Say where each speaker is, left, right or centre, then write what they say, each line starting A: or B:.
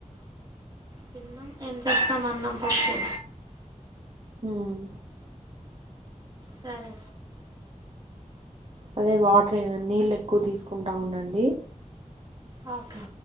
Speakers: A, on the right (about 30°); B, on the right (about 45°).
A: తిన్నాం ఏం చేస్తామ్ అన్నం పప్పు
B: మ్మ్
A: సరే
B: అదే వాట్ న్ని నీళ్ళు ఎక్కువ తీసుకుంట్ అవును అండి
A: ఓకే